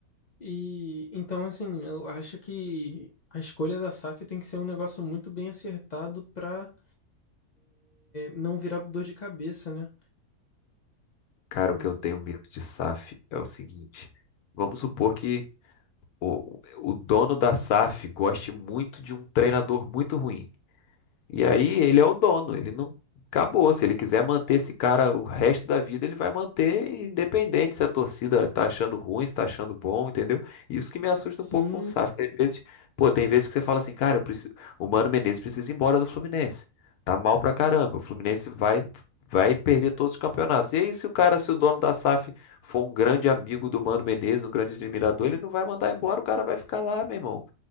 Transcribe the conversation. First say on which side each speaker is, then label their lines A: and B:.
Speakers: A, on the left; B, on the left.
A: E então, assim, eu acho que a escolha da SAF tem que ser um negócio muito bem acertado para não virar dor de cabeça, né?
B: Cara,
A: O,
B: o que eu tenho medo de SAF é o seguinte. Vamos supor que o, o dono da SAF goste muito de um treinador muito ruim. E aí ele é o dono, ele não acabou. Se ele quiser manter esse cara o resto da vida, ele vai manter independente se a torcida tá achando ruim, se tá achando bom, entendeu? Isso que me assusta
A: sim,
B: um pouco com o SAF. porque Às vezes, pô, tem vezes que você fala assim, cara, eu preciso... o Mano Menezes precisa ir embora do Fluminense. Tá mal pra caramba. O Fluminense vai vai perder todos os campeonatos. E aí, se o cara, se o dono da SAF for um grande amigo do Mano Menezes, um grande admirador, ele não vai mandar embora, o cara vai ficar lá, meu irmão.